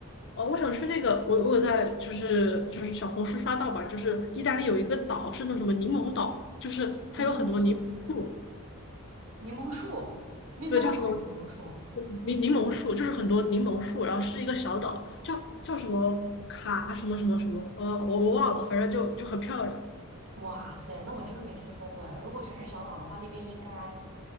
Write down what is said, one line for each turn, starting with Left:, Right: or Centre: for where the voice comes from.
Left: 哦，我想去那个，我我在就是就是小红书刷到吧，就是意大利有一个岛是那种什么柠檬岛，就是它有很多柠檬树，
Right: 柠檬岛、柠檬树、面包船还是柠檬树。
Left: 对，叫什么柠柠檬树，就是很多柠檬树，然后是一个小岛，叫叫什么卡什么什么什么，呃，我我忘了，反正就就很漂亮。
Right: 哇塞，那我真的没听说过哎。如果全是小岛的话，那边应该